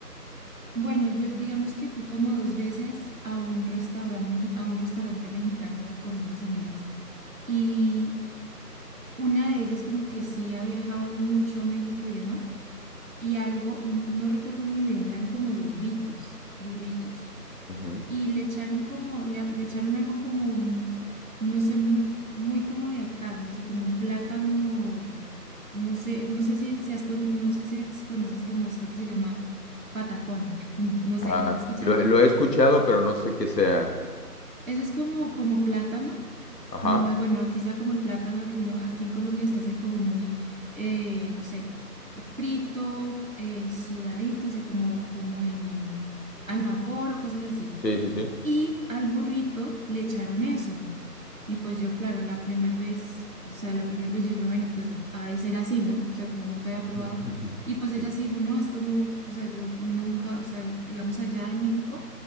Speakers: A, on the right; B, on the left.
A: Bueno, yo digamos que fui como dos veces a un restaurante, a un restaurante mexicano con unas amigas y una de ellas como que sí ha viajado mucho a México y demás y algo, n- no recuerdo muy bien, eran como burritos, burritos
B: Ujú.
A: y le echaron como, le, le echaron algo como, un- no sé, muy, muy como de acá, no sé, como un plátano No sé, no sé si seas con- no sé si es- conoces como esto que se llama patacón. <laughs> No
B: Ah,
A: sé, ¿lo has escuchado?
B: lo, he lo he escuchado, pero no sé qué sea.
A: Eso es como, como plátano.
B: Ajá,
A: Mm, ah, Bueno, aquí sea como el plátano que uno, aquí en Colombia se hace como muy, eh, no sé, frito, eh, sudadito, o sea, como, como en al vapor o cosas así.
B: sí, sí, sí.
A: Y al burrito le echaron eso. Y pues yo, claro, la primera vez, o sea, la primera vez yo dije, bueno, pues ha de ser así, ¿no? O sea, como nunca había probado.
B: Ujú, ujú.
A: Y pues ella
B: Sí.
A: sí dijo, no, esto no, o sea, yo nunca, o sea, digamos allá en México,